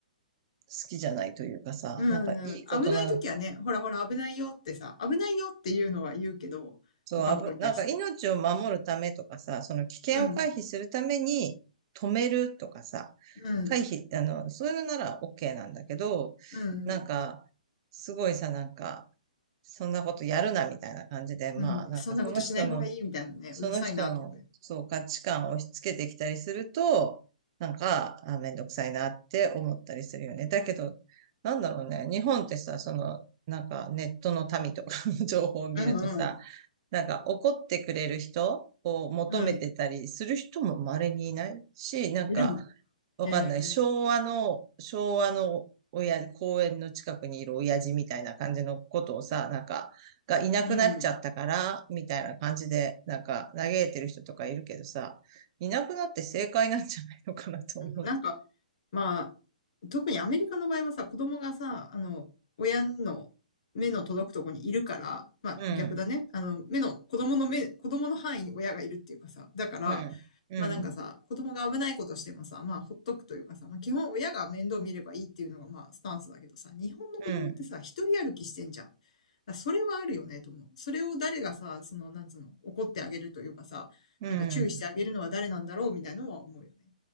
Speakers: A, on the right; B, on the left.
A: 好きじゃないというかさ、
B: う
A: なんかいいことなの
B: ん。危ない時はね、ほらほら危ないよってさ、危ないよっていうのは言うけど、
A: そう、
B: 他の子に対して。
A: あぶなんか命を守るためとかさ、その危険を回避するために止めるとかさ、
B: うん。うん。
A: 回避、あの、そういうのなら OK なんだけど、
B: うん。
A: なんか、すごいさ、なんか、そんなことやるなみたいな感じで、まあ、
B: うん。
A: なんかその人の、
B: そんなことしない方がいいみたいなね、
A: その人の、
B: うるさいなと思う。
A: そう、価値観を押し付けてきたりすると、なんか、あ、めんどくさいなって思ったりするよね。だけど、なんだろうね、日本ってさ、その、なんかネットの民とかの <laughs> 情報を見るとさ、
B: うんうん。
A: なんか怒ってくれる人を求めてたりする人も稀にいないし、
B: うん。
A: なんか
B: いるの。
A: わかんない。
B: ええ
A: 昭和の、昭和の親、公園の近くにいる親父みたいな感じのことをさ、なんか、がいなくなっちゃったから、
B: うん。うん。
A: みたいな感じで、なんか嘆いてる人とかいるけどさ、いなくなって正解なんじゃないのかなと思う。
B: なんか、まあ、特にアメリカの場合はさ、子供がさ、あの、親の目の届くとこにいるから、まあ逆だね。
A: うん、
B: あの、目の、子供の目、子供の範囲に親がいるっていうかさ、だから、
A: うん、うん、
B: まあなんかさ、子供が危ないことしてもさ、まあほっとくというかさ、まあ基本親が面倒見ればいいっていうのがまあスタンスだけどさ、日本の子供ってさ、
A: うん、
B: 一人歩きしてんじゃん。だからそれはあるよね、と思う。それを誰がさ、その、なんつうの、怒ってあげるというかさ、
A: うん。
B: なんか注意してあげるのは誰なんだろうみたいなのは思うよね。